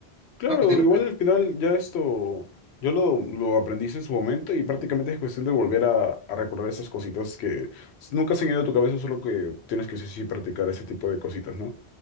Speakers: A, on the left (about 80°); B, on the right (about 50°).
A: claro,
B: No, continúo,
A: igual
B: continúo.
A: al final ya esto, yo lo, lo aprendí en su momento y prácticamente es cuestión de volver a, a recordar esas cositas que s- nunca se han ido de tu cabeza, solo que tienes que sí, sí practicar ese tipo de cositas, ¿no?